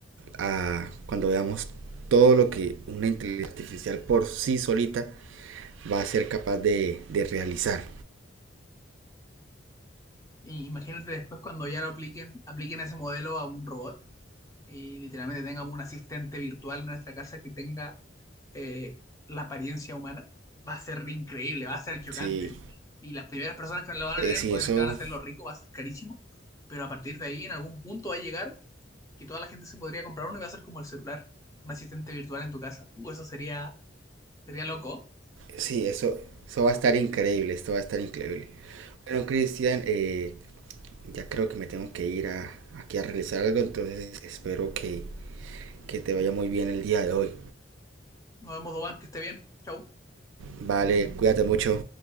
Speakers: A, on the right; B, on the left.
A: ah, cuando veamos todo lo que una inteligencia artificial por sí solita va a ser capaz de, de realizar.
B: Y imagínate después cuando ya lo apliquen, apliquen ese modelo a un robot y literalmente tengamos un asistente virtual en nuestra casa que tenga eh, la apariencia humana, va a ser increíble, va a ser chocante.
A: Sí,
B: Y las primeras personas que lo van
A: eh,
B: a tener,
A: sí,
B: obviamente
A: eso
B: van a ser los ricos, va a ser carísimo, pero a partir de ahí en algún punto va a llegar que toda la gente se podría comprar uno y va a ser como el celular, un asistente virtual en tu casa. Uh, eso sería, sería loco.
A: Sí, eso, eso va a estar increíble, esto va a estar increíble. Bueno, Cristian, eh, ya creo que me tengo que ir a, aquí a realizar algo, entonces espero que, que te vaya muy bien el día de hoy.
B: Nos vemos, Doban, que esté bien. Chau.
A: Vale, cuídate mucho.